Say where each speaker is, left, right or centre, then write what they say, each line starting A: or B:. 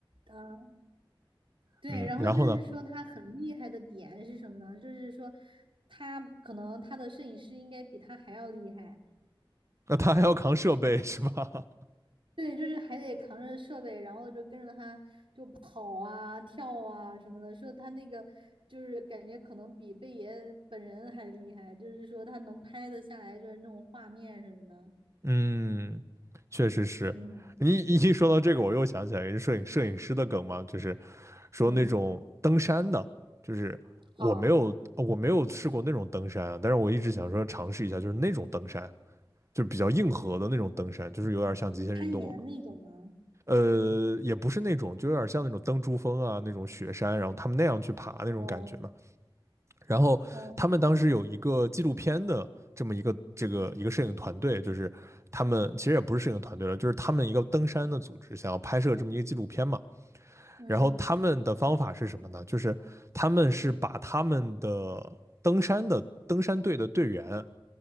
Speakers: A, on the right; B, on the right.
A: 嗯、对，
B: 嗯，
A: 然后就是说他很厉害的点是什么呢？
B: 然后呢，
A: 就是说他可能他的摄影师应该比他还要厉害。
B: 那他还要扛设备 <laughs> 是吧？
A: 对，就是还得扛着设备，然后就跟着他跑啊、跳啊什么的。说他那个就是感觉可能比贝爷本人还厉害，就是说他能拍得下来，就是那种画面什么的。
B: <laughs> 嗯，确实是，
A: 嗯
B: 你一说到这个，我又想起来一个摄影摄影师的梗嘛，就是说那种登山的，
A: 嗯，
B: 就是我没有我没有试过那种登山啊，
A: 哦
B: 但是我一直想说尝试一下，就是那种登山。就比较硬核的那种登山，就是有点像极限运动了嘛。
A: 攀岩那种吗？
B: 呃，也不是那种，就有点像那种登珠峰啊，那种雪山，然后他们那样去爬那种感觉嘛。
A: 哦
B: 然后他们当时有一个纪录片的这么一个这个一个摄影团队，
A: 哦，
B: 就是他们其实也不是摄影团队了，就是他们一个登山的组织想要拍摄这么一个纪录片嘛。
A: 嗯，
B: 然后他们的方法是什么呢？就是他们是把他们的登山的登山队的队员